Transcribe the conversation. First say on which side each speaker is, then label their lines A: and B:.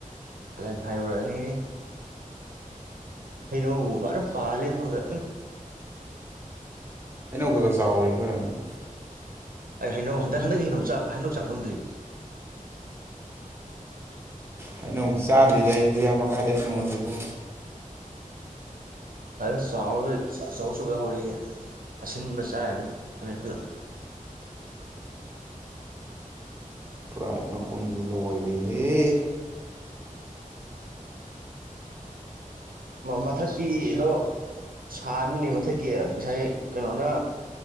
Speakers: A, on the right; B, on the right.
A: ꯍꯂꯦꯟ ꯊꯥꯏꯔꯑꯅꯤ ꯍꯩꯅꯕꯨ ꯐꯅ ꯄꯥꯜꯂꯦ ꯁꯣꯝꯗ ꯎꯝ
B: ꯑꯩꯅꯧ ꯈꯔ ꯈ ꯆꯥꯎꯍꯧꯔꯦ ꯑꯩꯈꯣꯏꯔꯣꯝꯗ
A: ꯑꯩ ꯍꯩꯅꯧ ꯍꯟꯗꯛ ꯍꯟꯗꯛꯀꯤ ꯍꯩꯅꯧ ꯍꯩꯅꯧ ꯆꯥ ꯐꯪꯗ꯭ꯔꯤ
B: ꯍꯩꯅꯧꯗꯤ ꯆꯥꯗ꯭ꯔꯤꯗ ꯑꯩꯁꯨ ꯌꯥꯝꯕ ꯀꯥꯏꯗꯩ ꯍꯩꯅꯧ ꯍꯧꯖꯤꯛꯄꯨ
A: ꯐ ꯆꯥꯎꯔ ꯑꯆꯧ ꯑꯆꯧꯕ ꯍꯧꯔꯛꯏꯦ ꯑꯁꯤꯟꯕ ꯆꯥꯏꯔꯅꯦ ꯍꯥꯃꯦꯛꯇꯨꯗ
B: ꯕ꯭ꯔꯥꯏꯠ ꯃꯈꯨꯝꯁꯤꯗ ꯂꯑꯣꯔꯦꯍꯦ
A: ꯃꯊꯛꯀꯤꯗꯣ ꯁꯥꯅꯤꯅꯦ ꯃꯊꯛꯀꯤ ꯉꯁꯥꯏ ꯀꯩꯅꯣꯅ